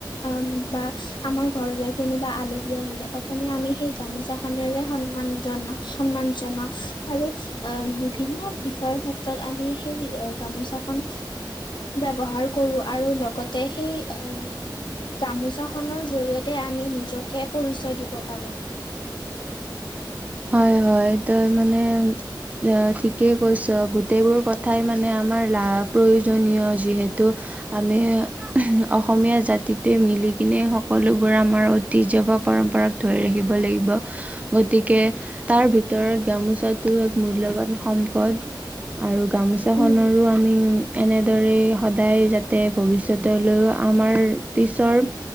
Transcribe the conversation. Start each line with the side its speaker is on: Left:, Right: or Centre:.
Left: আহম বা আমাৰ ঘৰলৈ কোনোবা আলহী আহিলে প্ৰথমে আমি সেই গামোচাখনেৰে সন্মান জনাওঁ। সন্মান জনা আৰু অ বিভিন্ন বিষয়ৰ ক্ষেত্ৰত আমি সেই গামোচাখন ব্যৱহাৰ কৰো আৰু লগতে সেই উ, গামোচাখনৰ জৰিয়তে আমি নিজকে পৰিচয় দিব পাৰোঁ।
Right: হয়, হয়, তাৰমানে এ, ঠিকেই কৈছ গোটেইবোৰ কথাই মানে আমাৰ লা- প্ৰয়োজনীয় যিহেতু। আমি অসমীয়া জাতিটোৱে মিলি কিনে সকলোবোৰ আমাৰ ঐতিহ্য বা পৰম্পৰা ধৰি ৰাখিব লাগিব। গতিকে, তাৰ ভিতৰত গামোচাটো এক মূল্যবান সম্পদ। আৰু গামোচাখনৰো
Left: উম,
Right: আমি এনেদৰে সদায় যাতে ভৱিষ্যতলৈও আমাৰ পিছৰ